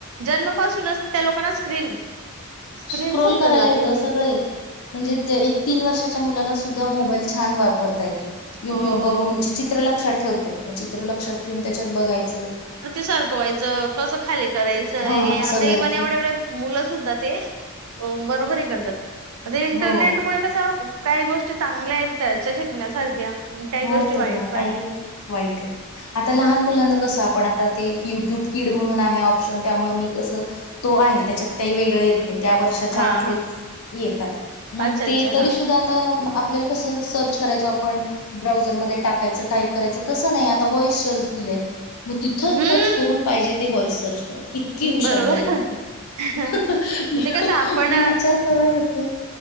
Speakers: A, on the right (about 70°); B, on the left (about 85°).
A: जन्मपासूनच त्या लोकांना. स्क्रीन स्क्रीन
B: स्कोरल
A: समजायला
B: करायला
A: लागलेली
B: य सगळ
A: आहे
B: य म्हणजे तीन वर्षाच्या. मोबाल छान वापता येत युट
A: हो
B: बून
A: हो
B: चित्र लक्ष ठे. मग चित्र लक्षात ठेवून त्याच्यात बघायचं.
A: सरकवा्हायचं कसं खाली करायचं
B: हा
A: हे आता
B: सगळं
A: इव्हन
B: येत
A: एवढेवढे मुलं सुद्धा. ते बरोबर करतात आ इंटरनेटमुळे
B: हो
A: कस. काही गोष्टी चांगल्या आहेत त्याच्या शिकण्यासारख्या काही
B: हो
A: गोष्टी वाईट
B: तर ना
A: पण
B: काही
A: आहे.
B: वाईट आहे आता लहान मुलांना कसं आपण आता ते युट्यूब किड म्हणून आहे ऑप्शन त्यामुळे मी कस. तो आहे त्याच्यात काही वेगळ. त्या वर्षाच्या
A: हा
B: आतच
A: हा
B: येतात मग
A: अच्छा अच्छा
B: ते तरी
A: हा
B: सुद्धा आता. आपल्याला कस सर्च करायचो आपण. ब्राऊझरमध्येध्ये टाकायचं टाईप करायचं तसं नाही आता वॉइस सर्च दिले. मग तिथं
A: हम्म
B: टच करून पाहिजे ते व्हॉइस सर्च करायच इतकी हुशार
A: बरोबर
B: झाली आहेत मुलं.
A: म्हणजे
B: <unintelligible> मी
A: कसं आपण
B: मी विचार करत होते